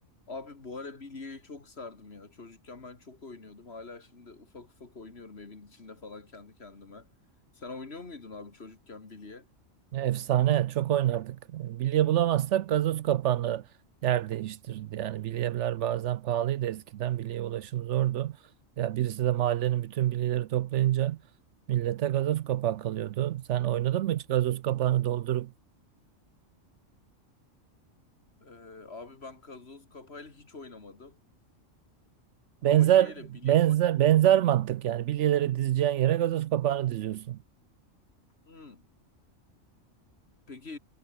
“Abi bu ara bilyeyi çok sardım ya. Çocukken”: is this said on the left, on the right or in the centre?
Left